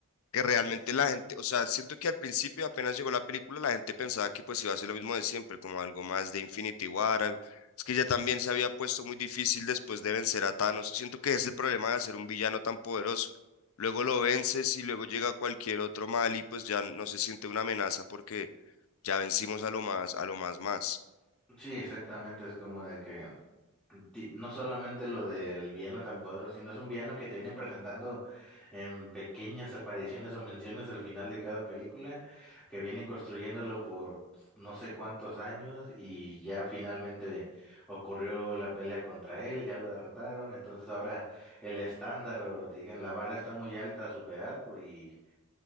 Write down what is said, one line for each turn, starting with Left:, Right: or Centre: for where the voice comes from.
Left: que realmente la gente, o sea, siento que al principio apenas llegó la película, la gente pensaba que pues iba a ser lo mismo de siempre, como algo más de Infinity War, algo- es que ya también se había puesto muy difícil después de vencer a Thanos, siento que es el problema de hacer un villano tan poderoso, luego lo vences y luego llega cualquier otro mal y pues ya no se siente una amenaza porque ya vencimos a lo más, a lo más más.
Centre: Sí, exactamente, es como de que ti- No solamente lo del villano tan poderoso, sino es un villano que te vienen presentando en pequeñas apariciones o menciones al final de cada película, que vienen construyéndolo por no sé cuántos años y ya finalmente ocurrió la pelea contra él, ya lo derrotaron, entonces ahora el estándar, o dirían, la vara está muy alta a superar, pues, y